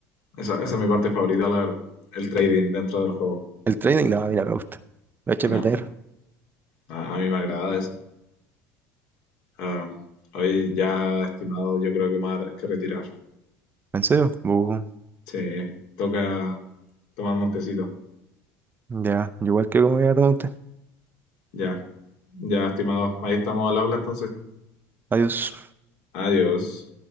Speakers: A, on the left; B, on the right.
A: esa, esa es mi parte favorita, la verdad. El trading dentro del juego.
B: El trading, no, mira, me gusta. Lo he hecho
A: No,
B: perder.
A: a, a mí me agrada eso. Ah, hoy ya, estimado, yo creo que me voy a tener que retirar.
B: ¿En serio? Bu.
A: Sí, toca tomar montecito.
B: Ya, igual que como ya te, tomar
A: Ya, ya, estimado. Ahí estamos al habla entonces.
B: Adiós.
A: Adiós.